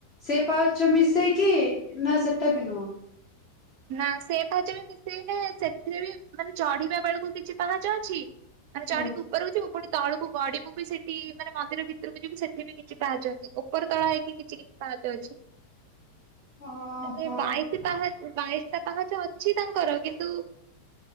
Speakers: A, on the left; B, on the right.
A: ସେ ପାହାଚ ମିଶେଇକି ନା ସେତା ବି ନୁହଁ।
B: ନା ସେ ପାହାଚ ବି ମିଶେଇଲେ ସେଥିରେ ବି ମାନେ ଚଢିବା ବେଳକୁ କିଛି ପାହାଚ ଅଛି। ମାନେ ଚଢ଼ିକି
A: ହୁଁ।
B: ଉପରକୁ ଯିବୁ ପୁଣି। ତଳକୁ ଗଡିବୁ ବି ସେଠି ମାନେ ମନ୍ଦିର ଭିତରକୁ ଯିବୁ ସେଠି ବି କିଛି ପାହାଚ ଅଛି ଉପର ତଳ ହେଇକି କିଛି କିଛି ପା ଚ ଅଛି
A: ଓହୋ
B: ହେନେ ବାଇଶି ପାହା ବାଇଶ ଟା ପାହାଚ ଅଛି ତାଙ୍କର କିନ୍ତୁ।